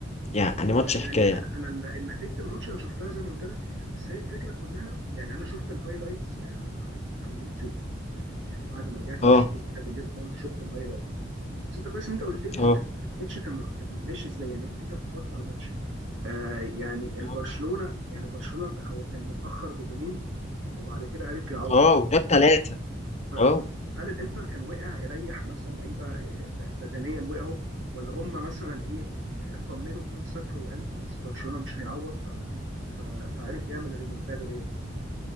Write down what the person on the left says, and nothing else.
يعني
ماتش حكايه
اه
اه
اه
آه، وجاب ثلاثه
اه